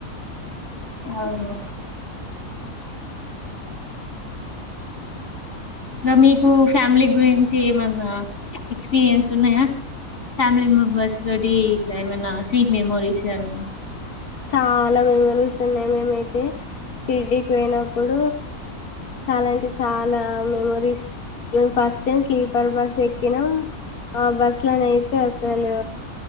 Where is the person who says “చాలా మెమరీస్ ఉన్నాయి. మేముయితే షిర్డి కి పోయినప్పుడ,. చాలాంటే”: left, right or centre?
Left